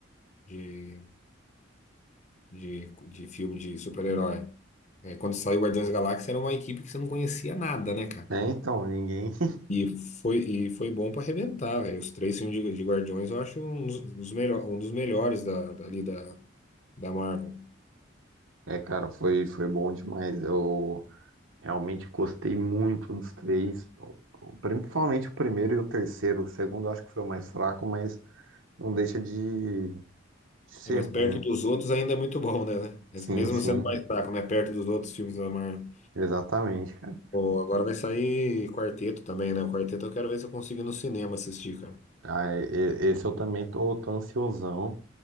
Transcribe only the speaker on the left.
de, de, de filme de super-herói. É, quando saiu Guardiões da Galáxia, era uma equipe que você não conhecia nada, né, cara?
E foi, e foi bom pra arrebentar, velho. Os três filmes de, de Guardiões eu acho um dos, dos melho- um dos melhores da, dali da, da Marvel.
É, Mas
perto dos outros ainda é muito bom, né? né?
Mesmo
sendo mais fraco, né? Perto dos outros filmes da Marvel.
Pô, agora vai sair quarteto também, né? O quarteto eu quero ver se eu consigo ir no cinema assistir, cara.